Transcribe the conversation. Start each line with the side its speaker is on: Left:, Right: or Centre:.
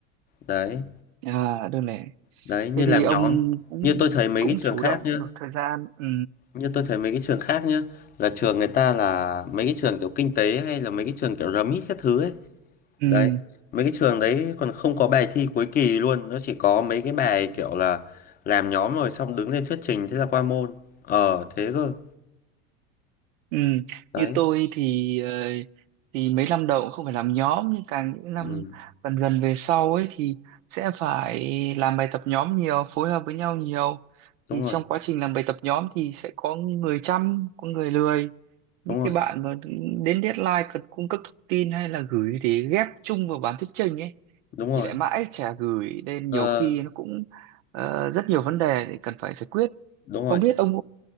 Left: Đấy,
Right: à đơn lẻ
Left: đấy như
Right: thế
Left: làm
Right: thì ông
Left: nhóm.
Right: cũng
Left: Như tôi thấy mấy
Right: cũng
Left: cái trường
Right: chủ
Left: khác
Right: động
Left: nhá
Right: được thời gian ừ,
Left: Như tôi thấy mấy cái trường khác nhá là trường người ta là mấy cái trường kiểu kinh tế hay là mấy cái trường kiểu RMIT các thứ ấy
Right: ừ.
Left: đấy mấy cái trường đấy còn không có bài thi cuối kỳ luôn nó chỉ có mấy cái bài kiểu là làm nhóm rồi xong đứng lên thuyết trình thế là qua môn ờ thế cơ
Right: Ừ,
Left: đấy
Right: như tôi thì ờ, thì mấy năm đầu cũng không phải làm nhóm nhưng càng những năm
Left: ừ,
Right: gần gần về sau ấy thì sẽ phải làm bài tập nhóm nhiều phối hợp với nhau nhiều
Left: đúng
Right: thì
Left: rồi
Right: trong quá trình làm bài tập nhóm thì sẽ có người chăm có người lười những
Left: đúng rồi
Right: cái bạn mà đến deadline cần cung cấp thông tin hay là gửi để ghép chung vào bản thuyết trình ấy
Left: đúng rồi
Right: thì lại mãi chả gửi nên
Left: ờ,
Right: nhiều khi nó cũng ờ, rất nhiều vấn đề để cần phải giải quyết
Left: đúng rồi
Right: không biết ông